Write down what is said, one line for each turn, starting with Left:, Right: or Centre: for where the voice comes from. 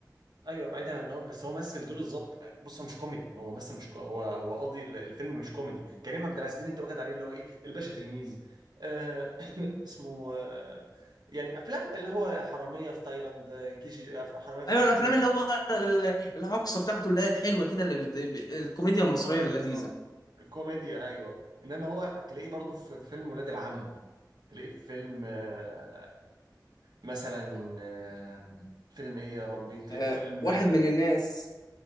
Right: ايوه بعيدا عن هو بس هو مثل دور الضابط بص هو مش كوميدي هو ممثل مش كو... هو هو قصدي ال- الفيلم مش كوميدي كريم عبد العزيز اللي انت واخد عليه اللي هو ايه الباشا تلميذ آه <coughs> <laughs> اسمه آه يعني افلام اللي هو حراميه في تايلاند آه، كي جي آه، حراميه في
Left: ايوه
Right: كي جي
Left: الافلام
Right: 2
Left: اللي هو ال- الهجصه بتاعته اللي هي الحلوه كده اللي بت... ب- الكوميديا المصريه
Right: كوميدي
Left: اللذيذه
Right: اه الكوميديا ايوه انما هو تلاقيه برضو في فيلم ولاد العم تلاقيه في فيلم آه، مثلا آه، فيلم ايه يا ربي تلاقيه
Left: أه
Right: في فيلم
Left: واحد
Right: آه،
Left: من الناس